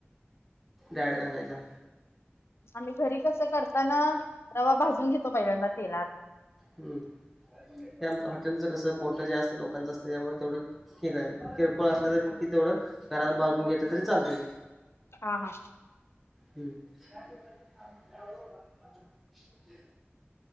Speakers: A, in the centre; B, on the left.
A: डायरेक्ट घालायचा.
B: आम्ही घरी कसं करताना रवा भाजून घेतो पहिल्यांदा तेलात.
A: हम्म ते आमच हॉटेलचं कस मोठ जे असतं लोकांचं असतं त्यामुळे तेवढं. ठीकय किरकोळ असल्या तर मि तेवढं घरात भाजून घेत तरी चालतय ते.
B: हा हा,
A: हम्म. <inaudible> हम्म <inaudible>